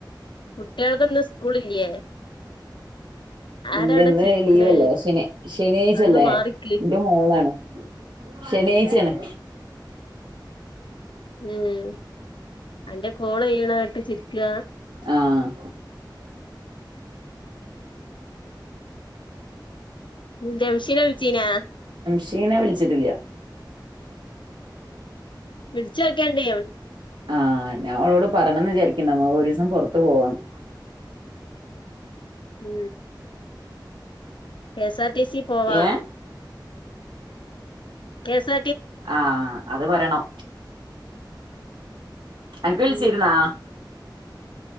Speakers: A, on the left; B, on the right.
A: കുട്ടികൾക്കൊന്നും സ്കൂളില്ലേ ആരാ
B: ഇല്ല
A: അവിടെ
B: ഇന്ന്
A: ചിരിക്കണ്
B: ലീവല്ലേ ശെനി ശെനിയാഴ്ച്ചല്ലേ
A: അവിടുന്ന് മാറിക്കിളി
B: ന്റെ മോളാണ് ശെനിയാഴ്ച്ചേണ്
A: ഉം അന്റെ കോളെയ്യ്ണെട്ട് ചിരിക്കാ
B: ആഹ്
A: ജെംഷീന വിളിച്ചീനോ
B: ഷീന വിളിച്ചിട്ടില്ല
A: വിളിച്ചോക്കെണ്ടി
B: ആ ഞാ ഓളോട് പറയണെന്ന് വിചാരിക്ക്ണ്ട് ഞമ്മക്കെക്കൊരീസ ഞാ പെർത്ത് പോവാണ്
A: ഉം കേസാ ടി സി പോവാ
B: ഏഹ്
A: കേസ്
B: ആ അത് പറയണം. അൻക്ക്
A: ഉം
B: <unintelligible>